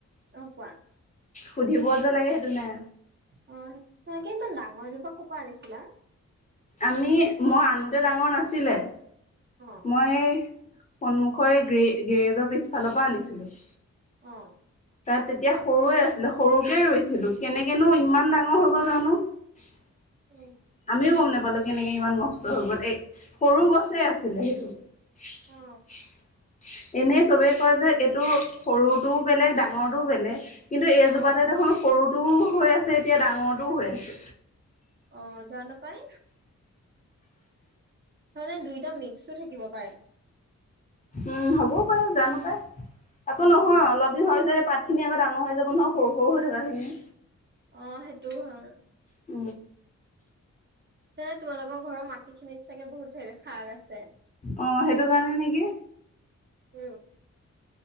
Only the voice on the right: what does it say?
অ কোৱা
অ তকে ইমান ডাঙৰ জোপা কৰ পৰা আনিছিলা?
অ
অ
উম
অ
অ
অ জানো পাই মানে দুইটা মিক্সো থাকিব পাৰে
অ সেইটোও হয়
তেনে তোমালোকৰ ঘৰৰ মাটিখিনিত চাগে বহুত ধেৰ সাৰ আছে
উম